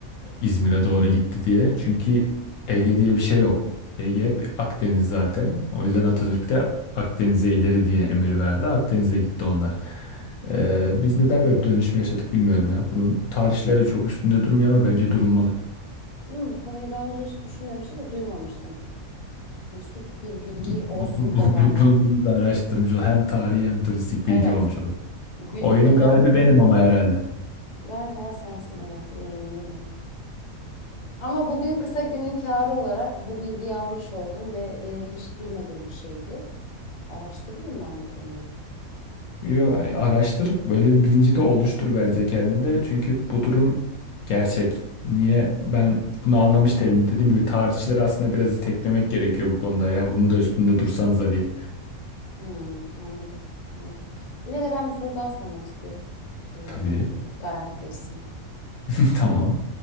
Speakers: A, on the left (about 70°); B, on the left (about 40°).
A: İzmir'e doğru gitti diye. Çünkü Ege diye bir şey yok. Ege bir Akdeniz zaten. O yüzden Atatürk de Akdeniz'e ileri diye emir verdi. Akdeniz'e gitti onlar. Ee, biz neden böyle bir dönüşme yaşadık bilmiyorum ya. Bunun tarihleri çok üstünde durmuyor ama bence durulmalı.
B: Hmm, bu konuyu daha önce hiç düşünmemiştim ve duymamıştım. Turistik bir bilgi
A: Bu,
B: olsun
A: bu,
B: bu
A: bu-
B: da bende.
A: bu- bu- bunu da araştırmış ol. Hem tarihi hem turistik
B: Evet.
A: bilgi olmuş oldu.
B: Günün
A: Oyunun
B: öne...
A: galibi benim ama herhalde.
B: Galiba sensin evet. e, yenildim. Ama bugün kısa günün kârı olarak bu bilgiyi almış oldum ve e, hiç duymadığım bir şeydi. Araştırırım ben bu konuyu.
A: Yo, araştır böyle bir bilinci de oluştur bence kendinde. Çünkü bu durum gerçek. Niye ben bunu anlamış değilim. Dediğim gibi tarihçileri aslında biraz iteklemek gerekiyor bu konuda. Ya bunun da üstünde dursanıza diye.
B: Hmm, anladım, anladım. Yine de ben bir soru daha sormak istiyorum. Ee,
A: Tabii.
B: garantileşsin.
A: <laughs> Tamam.